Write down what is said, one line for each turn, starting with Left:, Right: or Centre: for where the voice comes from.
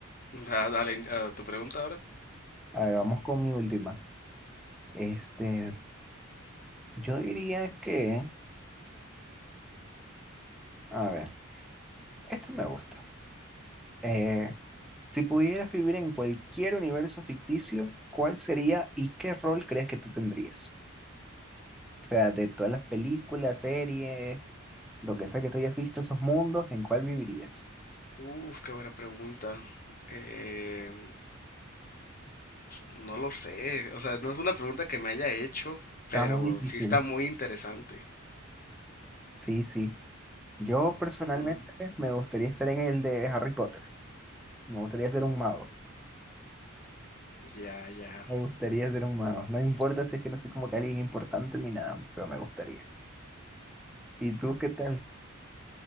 Left: Da- dale, ah, tu pregunta ahora.
Centre: A ver, vamos con mi última. Este, yo diría que, a ver, esto me gusta. Eh, si pudieras vivir en cualquier universo ficticio, ¿cuál sería y qué rol crees que tú tendrías? O sea, de todas las películas, series, Lo que sea que tú hayas visto esos mundos, ¿en cuál vivirías?
Left: Uf, qué buena pregunta. Eh, no lo sé. O sea, no es una pregunta que me haya hecho,
Centre: Está
Left: pero
Centre: muy difícil.
Left: sí está muy interesante.
Centre: Sí, sí. Yo personalmente
Left: Mm,
Centre: me gustaría estar en el de Harry Potter. Me gustaría ser un mago.
Left: ya, ya.
Centre: Me gustaría ser un mago. No importa si es que no soy como que alguien importante ni nada, pero me gustaría. ¿Y tú qué tal?